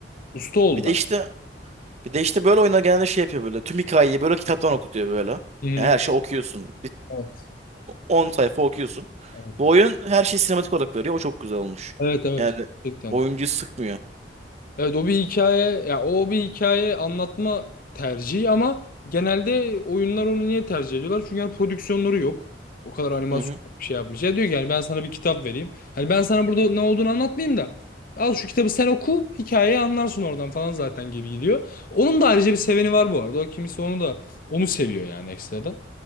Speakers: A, on the left; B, on the right.
A: Usta oldular.
B: Bir de işte Bir de işte böyle oyunlar genelde şey yapıyor böyle. Tüm hikayeyi böyle kitaptan okutuyor böyle.
A: Hı hı.
B: Yani her şey okuyorsun.
A: Evet.
B: 10 sayfa okuyorsun.
A: Evet.
B: Bu oyun her şeyi sinematik olarak veriyor. O çok güzel olmuş.
A: Evet evet
B: Yani
A: gerçekten.
B: oyuncuyu sıkmıyor.
A: Evet o bir hikaye ya o bir hikaye anlatma tercihi ama genelde oyunlar onu niye tercih ediyorlar? Çünkü yani prodüksiyonları yok. O kadar animasyon
B: Hı hı.
A: bir şey yapmış. Ya diyor ki yani ben sana bir kitap vereyim. Hani ben sana burada ne olduğunu anlatmayayım da al şu kitabı sen oku hikayeyi anlarsın oradan falan zaten gibi gidiyor. Onun da ayrıca bir seveni var bu arada. O kimisi onu da onu seviyor yani ekstradan.